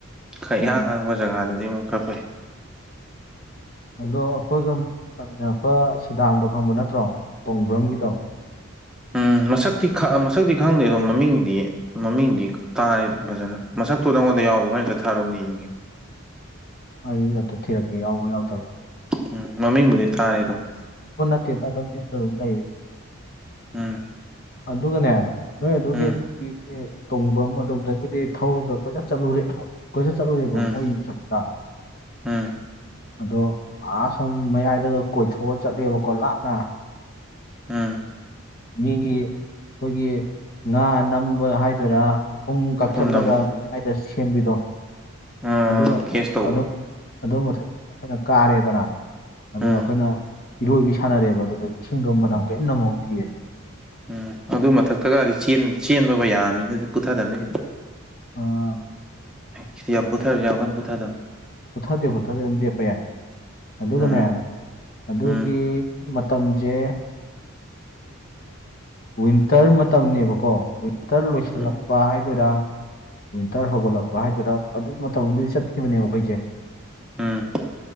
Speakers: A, in the centre; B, on the left.
A: ꯈꯔ
B: ꯎꯝ
A: ꯏꯍꯥꯡ ꯍꯥꯡꯕ ꯖꯒꯥꯗꯗꯤ ꯑꯃꯨꯛ ꯈꯔ ꯐꯩ
B: ꯑꯗꯣ ꯑꯩꯈꯣꯏꯒ ꯇꯥꯃꯤꯟꯅꯔꯛꯄ ꯁꯤꯗꯥꯝꯗꯣ ꯈꯪꯕ ꯅꯠꯇ꯭ꯔꯣ ꯇꯣꯡꯕ꯭ꯔꯝꯒꯤꯗꯣ
A: ꯎꯝ ꯃꯁꯛꯇꯤ ꯃꯁꯛꯇꯤ ꯈꯪꯗꯦ ꯑꯗꯣ ꯃꯃꯤꯡꯗꯤ ꯃꯃꯤꯡꯗꯤ ꯇꯥꯔꯦ ꯑꯗꯨꯝ ꯐꯖꯅ ꯃꯁꯛꯇꯣ ꯅꯉꯣꯟꯗ ꯌꯥꯎꯕ꯭ꯔꯣ ꯍꯣꯔꯦꯟ ꯑꯝꯇ ꯊꯥꯔꯛꯎꯅ ꯌꯦꯡꯒꯦ
B: ꯑꯩ ꯑꯝꯇ ꯊꯤꯔꯛꯀꯦ ꯌꯥꯎꯕ-ꯌꯥꯎꯗꯕ꯭ꯔꯥꯅ
A: ꯎꯝ ꯃꯃꯤꯡꯕꯨꯗꯤ ꯇꯥꯔꯦ ꯑꯗꯨꯝ
B: <inaudible> ꯅꯠꯇꯦꯗ ꯑꯗꯨꯝ ꯌꯨꯝꯗ ꯑꯗꯨꯝ ꯂꯩꯔꯤ
A: ꯎꯝ
B: ꯑꯗꯨꯒꯅꯦ ꯅꯣꯏ ꯑꯗꯨꯒꯤ
A: ꯎꯝ
B: <inaudible> ꯇꯣꯡꯕ꯭ꯔꯝ ꯑꯗꯣꯝꯗꯒꯤꯗꯤ ꯊꯧꯔꯥꯒ ꯀꯣꯏꯆꯠ ꯆꯠꯂꯨꯔꯦ ꯀꯣꯏꯆꯠ ꯆꯠꯂꯨꯔꯦꯕ
A: ꯎꯝ
B: ꯃꯣꯏ ꯌꯨꯝ ꯆꯠꯄꯗ
A: ꯎꯝ
B: ꯑꯗꯣ ꯑꯥ ꯑꯁꯣꯝ ꯃꯌꯥꯏꯗꯒ ꯀꯣꯏꯊꯣꯛꯑ ꯆꯠꯂꯦꯕꯀꯣ ꯂꯥꯞꯅ
A: ꯎꯝ
B: ꯃꯤꯒꯤ ꯑꯩꯈꯣꯏꯒꯤ ꯉꯥ ꯅꯝꯕ ꯍꯥꯏꯗꯣꯏꯔꯥ ꯐꯨꯝ ꯀꯛꯊꯠꯂꯒ
A: ꯐꯨꯝꯅꯝ
B: ꯃꯌꯥꯏꯗ ꯁꯦꯝꯕꯤꯗꯣ
A: ꯎꯝ
B: ꯑꯗꯨꯒ
A: ꯀꯦꯁ ꯇꯧꯕ
B: ꯑꯩꯈꯣꯏꯅ ꯀꯥꯔꯦꯗꯅ ꯑ
A: ꯎꯝ
B: ꯑꯩꯈꯣꯏꯅ ꯏꯔꯣꯏꯕꯤ ꯁꯥꯟꯅꯔꯦꯕ ꯑꯗꯨꯗ ꯏꯁꯤꯡꯒ ꯃꯅꯝ ꯀꯔꯤꯝ ꯅꯝꯍꯧꯗꯌꯦ
A: ꯎꯝ ꯑꯗꯨ ꯃꯊꯛꯇꯒꯗꯤ ꯆꯦꯟꯕꯕ ꯌꯥꯝꯃꯤꯅ ꯄꯨꯊꯗꯕꯅꯤ ꯍꯧꯖꯤꯛꯇ
B: ꯑꯥ
A: ꯁꯤ ꯌꯥꯝꯕꯨꯊꯔꯖ ꯑꯃꯥꯏ ꯄꯨꯊꯥꯏꯗꯝ
B: ꯄꯨꯨꯊꯗꯦ ꯄꯨꯨꯊꯗꯦ ꯑꯗꯨꯝ ꯂꯦꯞꯄ ꯌꯥꯏ ꯑꯗꯨꯒꯅꯦ
A: ꯎꯝ
B: ꯑꯗꯨꯒꯤ
A: ꯎꯝ
B: ꯃꯇꯝꯁꯦ ꯋꯤꯟꯇꯔ ꯃꯇꯝꯅꯦꯕꯀꯣ ꯋꯤꯟꯇꯔ ꯂꯣꯏꯁꯤꯜꯂꯛꯄ
A: ꯎꯝ
B: ꯍꯥꯏꯗꯨꯔ ꯋꯤꯟꯇꯔ ꯍꯧꯒꯠꯂꯛꯄ ꯍꯥꯏꯗꯨꯔ ꯑꯗꯨ ꯃꯇꯝꯗꯨꯗꯤ ꯆꯠꯈꯤꯕꯅꯦꯕ ꯑꯩꯈꯣꯏꯁꯦ
A: ꯎꯝ